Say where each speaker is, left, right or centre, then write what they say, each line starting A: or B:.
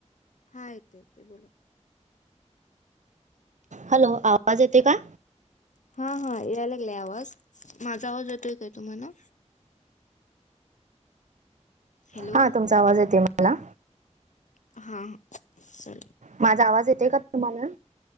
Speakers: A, on the left (about 85°); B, on the right (about 80°).
A: हा येतोय येतोय बोला.
B: हॅलो आवाज येतोय का?
A: हा हा यायला लागलाय आवाज माझा आवाज येतोय काय तुम्हाला? हॅलो
B: हा तुमचा आवाज येतोय मला.
A: हा हा चालतंय.
B: माझा आवाज येतोय का तुम्हाला?